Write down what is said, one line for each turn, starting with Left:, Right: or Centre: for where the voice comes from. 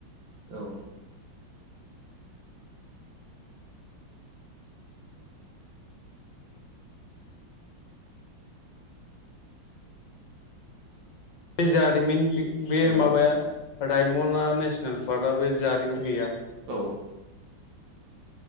Right: औ
Left: बे जारिमिन थिग बे
Right: हेलौ
Left: माबाया रायमना नेसनेल पार्कआ बे जारिमिन गैया
Right: औ